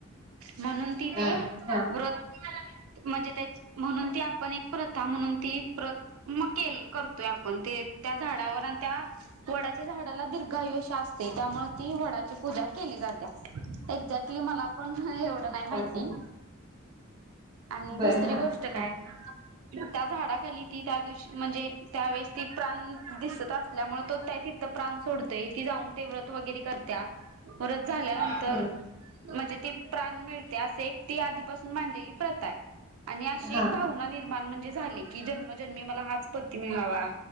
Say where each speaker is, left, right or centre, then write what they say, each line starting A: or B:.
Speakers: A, on the right (about 85°); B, on the right (about 20°).
A: म्हणून ती ते
B: हा हा
A: व्रत म्हणजे त्याची म्हणून ती आपण एक प्रथा म्हणून ती प्र मग केल करतोय आपण ते त्या झाडावर आणि त्या वडाच्या झाडाला दीर्घायु ष्य असतय त्यामूळ ती वडाची पूजा केली जात्या एक्साक्टली मला पण पण एवढं नाही माहिती
B: बर
A: आणि
B: बर
A: दुसरी
B: हा
A: गोष्ट
B: हा
A: काय त्या झाडाखाली ती त्या दिवशी म्हणजे त्यावेेळेस ती प्राण दिसत असल्यामुळे तो त्या तिथं प्राण सोडत ती जाऊन ते व्रत वगैरे करत्या व्रत झाल्यानंतर
B: हम्म,
A: म्हणजे ते प्राण मिळते अस. ती आधीपासून मांधलेली प्रथा आहे आणि अशी
B: हा
A: एक भावना निर्माण म्हणजे झाले की जन्म. जन्मी मला हाच पती मिळावा